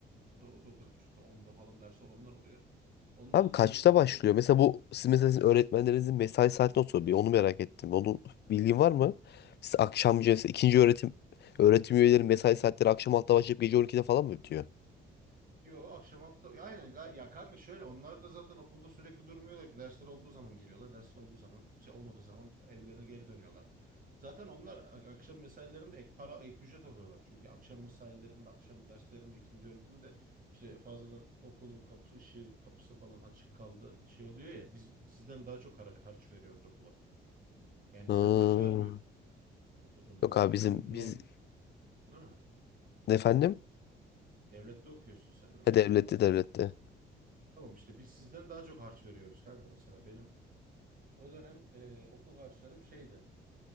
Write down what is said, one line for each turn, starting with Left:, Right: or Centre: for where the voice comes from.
Right: do- dokuz buçukta onda falan dersi olanlar oluyor. Onların
Left: abi kaçta
Right: da derslerine
Left: başlıyor? Mesela bu siz mesela sizin öğretmenlerinizin mesai saati nasıl oluyor? bir Onu merak ettim. Onun bilgin var mı? Siz akşamcı mesela ikinci öğretim öğretim üyeleri mesai saatleri akşam altta başlayıp gece 12'de falan mı bitiyor?
Right: Yo akşam altta ya aynen ga- ya kanka şöyle onlar da zaten okulda sürekli durmuyorlar ki dersler olduğu zaman geliyorlar dersler olduğu zaman şey olmadığı zaman evlerine geri dönüyorlar. Zaten onlar a- akşam mesailerinde ek para ek ücret alıyorlar. Çünkü akşam mesailerinde akşam derslerinde ikinci öğretimde işte fazladan okulun kapısı ışığı kapısı falan açık kaldı şey oluyor ya biz sizden daha çok harç, harç veriyoruz okula. Yani
Left: Ha.
Right: sen harç vermiyorsun okuduğundan
Left: Yok
Right: dolayı.
Left: abi bizim
Right: Sen
Left: biz
Right: normal değil mi?
Left: efendim?
Right: Devlette okuyorsun sen değil
Left: Ha
Right: mi?
Left: devlette devlette.
Right: Tamam işte biz sizden daha çok harç veriyoruz kanka mesela. Benim O dönem e, okul harçlarım şeydi.